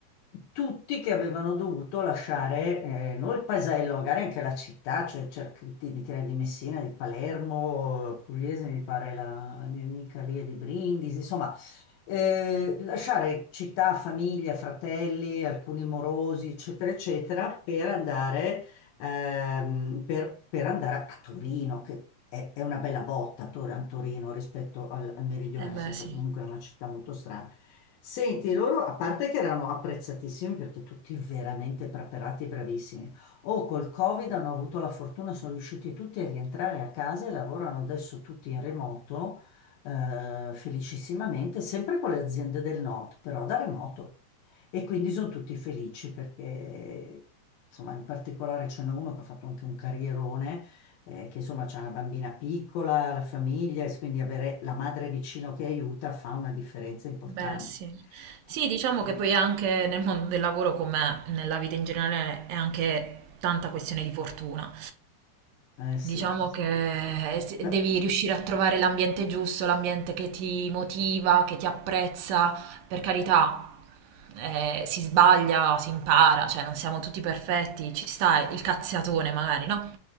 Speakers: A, on the left (about 80°); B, on the right (about 75°).
A: tutti che avevano dovuto lasciare, eh, non il paesello, magari anche la città, cioè certi di, di di Messina, di Palermo, Pugliese mi pare la, la mia amica lì è di Brindisi, insomma, eh, lasciare città, famiglia, fratelli, alcuni morosi, eccetera, eccetera, per andare ehm, per, per andare a, a Torino, che è, è una bella botta Tor- a Torino rispetto al, al meridione,
B: eh
A: nel
B: beh,
A: senso
B: sì.
A: che comunque è una città molto strana. Senti, loro, a parte che erano apprezzatissimi perché tutti veramente preparati e bravissimi, o col Covid hanno avuto la fortuna, sono riusciti tutti a rientrare a casa e lavorano adesso tutti in remoto, eh, felicissimamente, sempre con le aziende del nord, però da remoto. E quindi sono tutti felici perché, insomma, in particolare ce n'è uno che ha fatto anche un carrierone, eh, che insomma c'ha una bambina piccola, la famiglia, e quindi avere la madre vicino che aiuta fa una differenza importante.
B: Beh, sì. Sì,
A: Ecco,
B: diciamo
A: eh,
B: che poi anche nel mondo del lavoro, come nella vita in generale, è anche tanta questione di fortuna.
A: eh sì,
B: Diciamo
A: sì.
B: che es-
A: Però-
B: devi riuscire a trovare l'ambiente giusto, l'ambiente che ti motiva, che ti apprezza. Per carità, eh, si sbaglia, si impara, cioè non siamo tutti perfetti, ci sta il cazziatone magari, no?